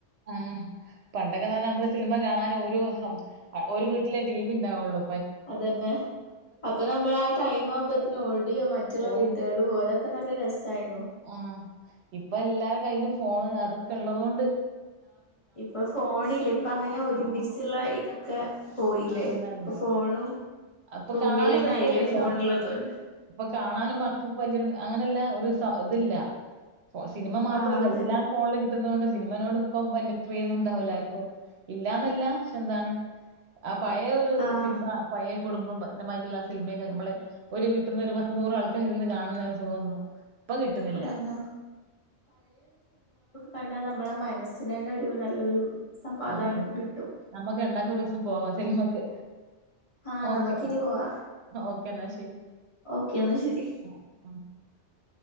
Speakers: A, on the right; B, on the left.
A: ഉം പണ്ടൊക്കന്ന് പർഞ്ഞാ മ്മള് സിലിമ കാണ ആന് ഓരൂ ഒരു വീട്ടിലെ ടി വി ണ്ടാവൊള്ളൂ.
B: അതന്നെ അപ്പൊ നമ്മള് ആ ടൈം ആവുമ്പത് നോടി മറ്റുള്ള
A: ഓടി
B: വീട്ടുകൾല് പോവും അതൊക്കെ നല്ല രസായിന്നു
A: ആ ഇപ്പൊ എല്ലാര കയ്യിലും ഫോണ് അതൊക്കെ ഇള്ളതോണ്ട്
B: ഇപ്പൊ ഫോണില്ല ഇപ്പ അങ്ങനെ ഒരുമിച്ചുള്ള
A: ഉം.
B: ഇതൊ കെ പോയില്ലേ
A: ആണെന്നല്ലോ.
B: ഇപ്പൊ ഫോണും
A: അപ്പൊ
B: റൂമിലന്നെ
A: കാണാനും രസം
B: ആയില്ലേ
A: ഇല്ലല്ലോ
B: ഫോണിള്ളത് കൊണ്ട്
A: അപ്പൊ കാണാനും മക്ക്‌ <unintelligible> അങ്ങനെല്ല ഒരു സ ഇതില്ല സിനിമ മാത്രല്ല
B: ആഹ് അതന്നെ
A: എല്ലാ ഫോണില് കിട്ടുന്നത് കൊണ്ട് സിനിമനോട് ഇപ്പം വല്യപ്രിയൊന്നും ഉണ്ടാവൂല ആർക്കും ഇല്ലാന്നല്ല ക്ഷേ എന്താണ് ആ പഴയ ഒരു
B: ആഹ്
A: സിനിമ പഴേ കുടുംബപരമായിട്ടുള്ള സില്മേക്ക നമ്മളെ ഒരു വീട്ടന്ന് ഒരു പത്ത് നൂറ് ആൾക്കാരിരുന്ന് കാണുന്ന സുഖന്നു ഇപ്പൊ കിട്ടുന്നില്ല
B: അതന്നെ കണ്ടാ നമ്മള മനസ്സിന് തന്ന ഒരു നല്ലൊരു സമാധാനൊക്കെ
A: ആ അതന്നെ
B: കിട്ടും
A: നമ്മുക്ക് രണ്ടാക്കും ഒരുസം പോവാ സിൽമക്ക്
B: ആഹ്
A: ഓക്കെ
B: നമുക്കിനി പോവാ
A: ഓക്കേ എന്നാ ശരി
B: ഓക്കെ എന്നാ ശരി
A: ആ അ